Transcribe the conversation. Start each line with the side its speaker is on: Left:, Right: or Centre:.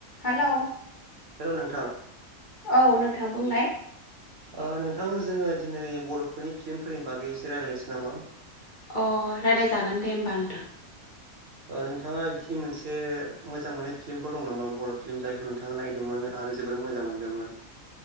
Left: हेलौ
Right: हेलौ नोंथां
Left: औ नोंथां बुंलाय।
Right: ओ नोंथां जोङो दिनै बरफोरनि फिल्मफोरनि बागै एसे रायज्लायनोसै नामा।
Left: अ रायज्लायजागोन दे होमबा नोंथां।
Right: नोंथाङा बिदि मोनसे मोजां मोननाय फिल्मफोर दं नामा बर फिल्म जायखौ थांनो नागिरदोंमोन आरो जोबोर मोजां मोन्दोंमोन